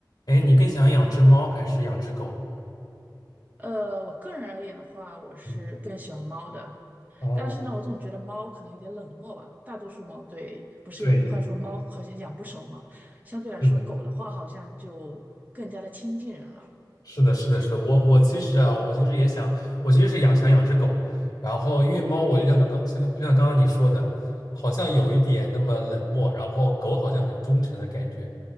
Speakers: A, on the left; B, on the right.
A: 哎，你更想养只猫还是养只狗？
B: 呃，我个人而言的话，我是更喜欢猫的，
A: 嗯，哦，
B: 但是呢，我总觉得猫可能有点冷漠吧。大多数猫对，不是有句话说猫好像养不熟嘛，
A: 对对，
B: 相对来说，
A: 是的，
B: 狗的话好像就更加的亲近人了。
A: 是的，是的，是的。我我其实啊，我其实也想，我其实是养想养只狗，然后因为猫，我就像刚刚，像就像刚刚你说的，好像有一点那么冷漠，然后狗好像很忠诚的感觉。